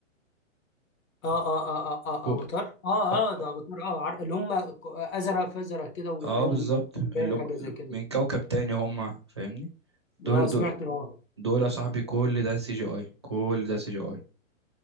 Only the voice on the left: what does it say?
اه اه اه اه
اه افاتار اه
اه ده
افاتار اه عار- اللي هم ك- ازرق فازرق كده وليهم
باين
حاجه
زي كده
اه سمعت
اه